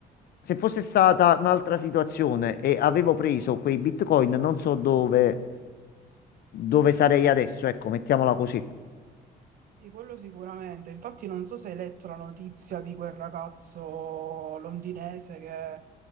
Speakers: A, on the left; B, on the right.
A: se fosse stata un'altra situazione e avevo preso quei bitcoin, non so dove, dove sarei adesso. Ecco, mettiamola così.
B: Sì, quello sicuramente. Infatti non so se hai letto la notizia di quel ragazzo londinese che ha